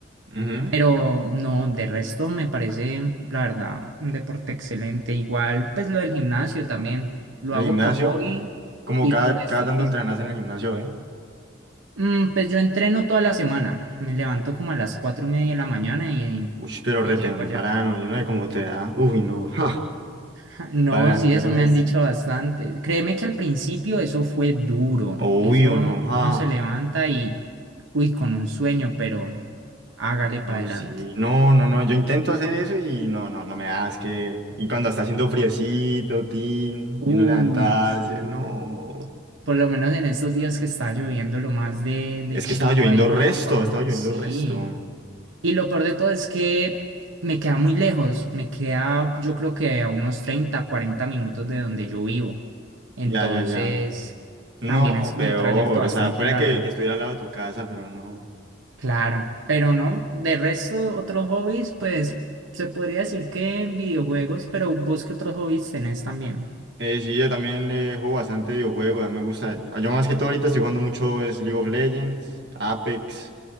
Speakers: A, on the right; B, on the right.
A: Ujú.
B: Pero no, de resto me parece, la verdad, un deporte excelente. Igual, pues lo del gimnasio también. Lo
A: El
B: hago
A: gimnasio,
B: por hobby
A: como
B: y
A: cada,
B: por estado
A: cada tanto
B: físico.
A: entrenas en el gimnasio, ¿eh?
B: Mm, pues yo entreno toda la semana. Me levanto como a las cuatro y media de la mañana y,
A: Uy, pero
B: y
A: re
B: llego
A: temprano,
B: allá.
A: yo no sé cómo te da. Uy, no, <laughs> ja,
B: <laughs> No,
A: para andarme
B: sí, eso me
A: así.
B: han dicho bastante. Créeme que al principio eso fue duro.
A: Obvio,
B: Eso
A: no, ja.
B: uno se levanta y, uy, con un sueño, pero hágale
A: No,
B: para adelante.
A: sí, no, no, no, yo intento hacer eso y no, no, no me da, es que... Y cuando está haciendo friecito, tin,
B: Uy,
A: y no levantarse,
B: sí.
A: no.
B: Por lo menos en estos días que está lloviendo, lo más de, de
A: Es
B: chimba
A: que estaba lloviendo
B: y una
A: resto,
B: ropa.
A: estaba lloviendo
B: Sí.
A: resto.
B: Y lo peor de todo es que me queda muy lejos. Me queda, yo creo que a unos 30 40 minutos de donde yo vivo. Entonces,
A: Ya, ya, ya. No,
B: también es como
A: peor,
B: un trayecto bastante
A: o sea, fuera
B: largo.
A: que, que estuviera al lado de tu casa, pero no.
B: Claro. Pero no, de resto, otros hobbies, pues se podría decir que videojuegos, pero vos qué otros hobbies tenés también.
A: Eh, sí, yo también eh, juego bastante videojuegos, a mí me gusta. ah, Yo más que todo ahorita estoy jugando mucho es League of Legends, Apex,